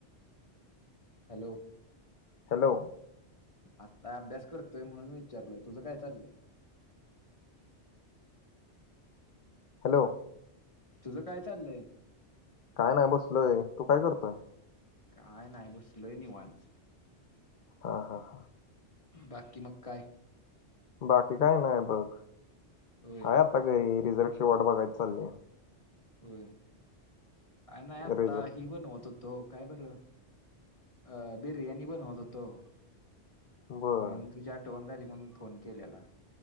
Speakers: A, on the left; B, on the left.
A: हॅलो!
B: हॅलो!
A: आता अभ्यास करतोय म्हणू विचारलं, तुझं काय चालय?
B: हॅलो!
A: तुझं काय चालयं?
B: काय नाय बसलोय, तू काय करतोय?
A: काय नाय बसलोय निवांत.
B: अं हा हा.
A: बाकी मंग काय?
B: बाकी काय नाय बघ,
A: होय
B: हाय आता घरी रिझल्ट ची वाट बघायचं चाललंय.
A: होय, काय नाय आता
B: रिझल्ट
A: ही बनवत होत तो, काय बरं? अ बिर्याणी बनवत होतो.
B: बर
A: आणि तुझी आठवण झाली म्हणून फोन केल्याला.